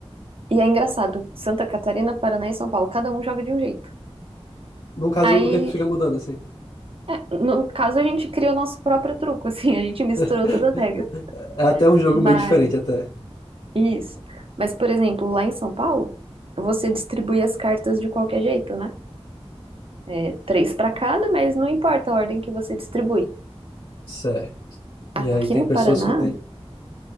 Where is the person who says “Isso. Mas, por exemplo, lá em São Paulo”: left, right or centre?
Right